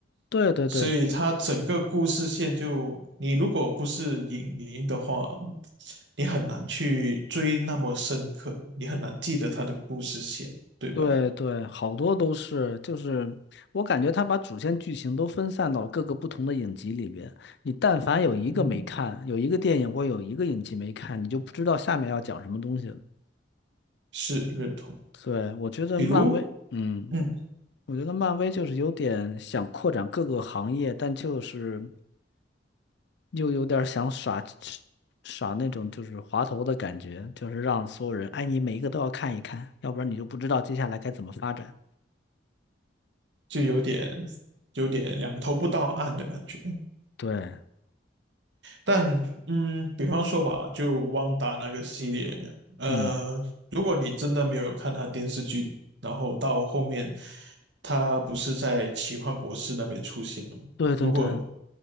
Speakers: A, on the left; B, on the right.
A: 对对
B: 所以它整个故事线就，你如果不是影迷的话，你很难去追那么深刻，你很难记得它的故事线，对吧？
A: 对对，好多都是，就是我感觉他把主线剧情都分散到了各个不同的影集里边。你但凡有一个没看，
B: 嗯，
A: 有一个电影或有一个影集没看，你就不知道下面要讲什么东西了。
B: 是认同。
A: 对，我觉得漫威，
B: 比如，
A: 嗯，
B: 嗯，
A: 我觉得漫威就是有点想扩展各个行业，但就是又有点儿想耍耍那种就是滑头的感觉，就是让所有人，哎，你每一个都要看一看，要不然你就不知道接下来该怎么发展。
B: 就有点有点两头不到岸的感觉。
A: 对，
B: 但嗯，比方说吧，就旺达那个系列，呃，
A: 嗯，
B: 如果你真的没有看他电视剧，然后到后面他不是在奇幻博士那边出现了，
A: 对对对，
B: 如果